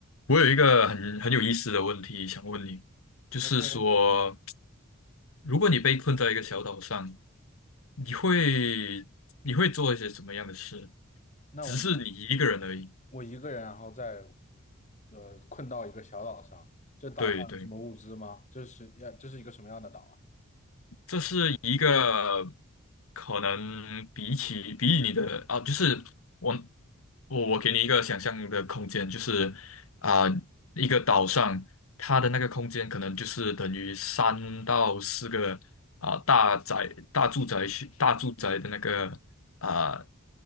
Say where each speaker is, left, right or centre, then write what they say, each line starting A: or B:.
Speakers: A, on the left; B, on the left.
A: 我有一个很很有意思的问题想问你，就是说，
B: OK，啊，
A: 如果你被困在一个小岛上，你会你会做一些什么样的事？
B: 那我
A: 只是你一个人而已。
B: 我一个人，然后再呃困到一个小岛上，这岛上有什么物资吗？
A: 对对。
B: 这是要这是一个什么样的岛啊？
A: 这是一个可能比起比起你的啊，就是我我我给你一个想象的空间，就是啊、一个岛上它的那个空间可能就是等于三到四个啊、大宅大住宅区大住宅的那个啊、